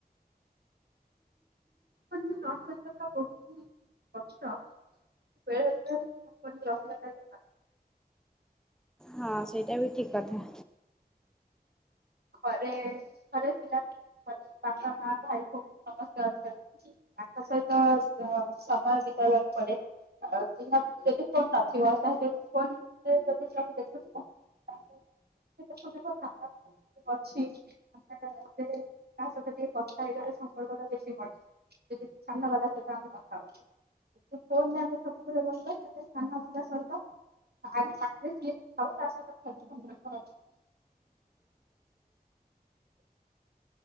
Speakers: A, on the right (about 75°); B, in the centre.
A: ହଁ ଝିଅ ରହିବା ସଥା ବହୁତ କଷ୍ଟ ବେଳେବେଳେ <unintelligible>
B: ହଁ ସେଇଟା ବି ଠିକ୍ କଥା।
A: ଘରେ ଘରେ ପିଲାପି ବାପା ମା ଭାଇ ଭଉ ସମସ୍ତେ ଅଛନ୍ତି। ତାଙ୍କ ସହିତ ସ ସମୟ ବିତାଇବାକୁ ପଡ଼େ। ଆଉ ଯ ଯଦି ଫୋନ୍ ନଥିବ ତାହେଲେ ଫୋନ ଯଦି ଜଣେ ଦେଖୁଥିବ <unintelligible> ଅଛି ଆ ତା <unintelligible> ସହିତ ଟିକେ କଥା ହେଇଗଲେ ସମ୍ପର୍କଟା ବେଶୀ ବଢ଼େ। ଯଦି ସାମ୍ନା ଵାଲା ସତ ଆମେ କଥା ହଉଚେ। ଫୋନେ ଆମେ ସବୁବେଳେ ରହିବା ତାଲେ ସାମ୍ନା ଵାଲା ସହିତ <unintelligible>